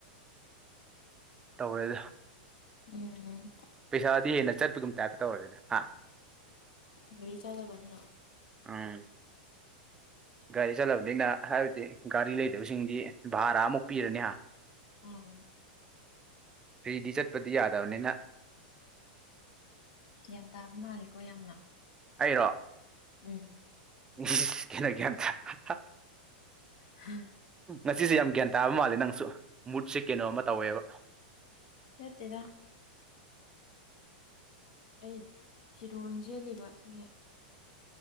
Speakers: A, on the right; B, on the left.
A: ꯇꯧꯔꯦꯗ
B: ꯎꯝ
A: ꯄꯩꯁꯥꯗꯤ ꯍꯦꯟꯅ ꯆꯠꯄꯒꯨꯝ ꯇꯥꯏꯞꯇ ꯇꯧꯔꯦꯗ ꯍꯥ
B: ꯎꯝ ꯒꯥꯔꯤ ꯆꯠꯂꯕꯅꯤꯅ
A: ꯎꯝ ꯒꯥꯔꯤꯗ ꯆꯠꯂꯕꯅꯤꯅ ꯍꯥꯏꯕꯗꯤ ꯒꯥꯔꯤ ꯂꯩꯗꯕꯁꯤꯡꯗꯤ ꯚꯥꯔꯥ ꯑꯃꯨꯛ ꯄꯤꯔꯅꯤ ꯍꯥ
B: ꯎꯝ
A: ꯐ꯭ꯔꯤꯗꯤ ꯆꯠꯄꯗꯤ ꯌꯥꯗꯕꯅꯤꯅ
B: ꯒ꯭ꯌꯥꯟ ꯇꯥꯕ ꯃꯥꯜꯂꯤꯀꯣ ꯌꯥꯝꯅ
A: ꯑꯩꯔꯣ
B: ꯎꯝ
A: <unintelligible>
B: <unintelligible>
A: ꯉꯁꯤꯁꯦ ꯌꯥꯝ ꯒ꯭ꯌꯥꯟ ꯇꯥꯕ ꯃꯥꯜꯂꯦ ꯅꯪꯁꯨ ꯃꯨꯠꯁꯦ ꯀꯩꯅꯣ ꯑꯃ ꯇꯧꯋꯦꯕ
B: ꯅꯠꯇꯦꯗ ꯑꯩ ꯐꯤꯔꯣꯟ ꯁꯦꯠꯂꯤꯕ ꯑꯗꯨꯒꯤ